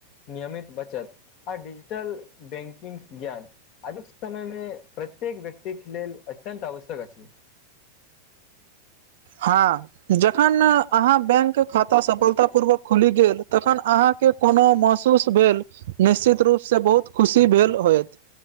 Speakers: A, on the left (about 40°); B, on the right (about 55°).
A: नियमित बचत आ डिजिटल बैंकिंग ज्ञान आजुक समयमे प्रत्येक व्य क्ति लेल अत्यन्त आवश्यक अछि
B: हँ जखन अहाँ बैंक खाता सफलता पूर्वक खुलि गेल तखन अहाँ केँ कोनो महसूस भेल निश्चित रूप से बहुत खुशी भेल होयत